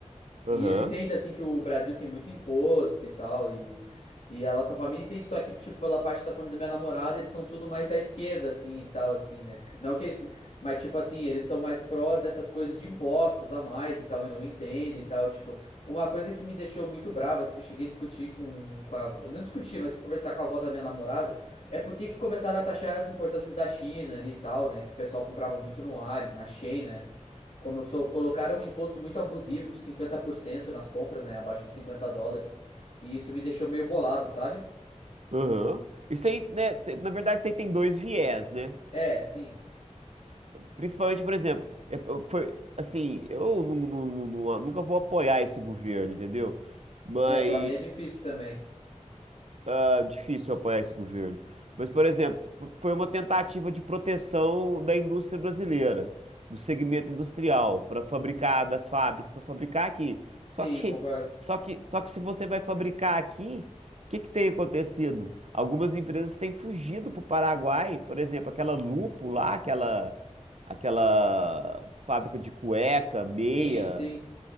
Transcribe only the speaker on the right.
Aham,
aham. Isso aí, né, te- na verdade, isso aí tem dois viés, né?
Principalmente, por exemplo, é, foi assim, eu nu- nu- nu- nu- nunca vou apoiar esse governo, entendeu? Mas
ah, difícil apoiar esse governo. Mas, por exemplo, f- foi uma tentativa de proteção da indústria brasileira, do segmento industrial, para fabricar das fábricas, para fabricar aqui.
Só que,
só que, só que se você vai fabricar aqui, o que que tem acontecido? Algumas empresas têm fugido para o Paraguai, por exemplo, aquela Lupo lá, aquela, aquela fábrica de cueca, meia.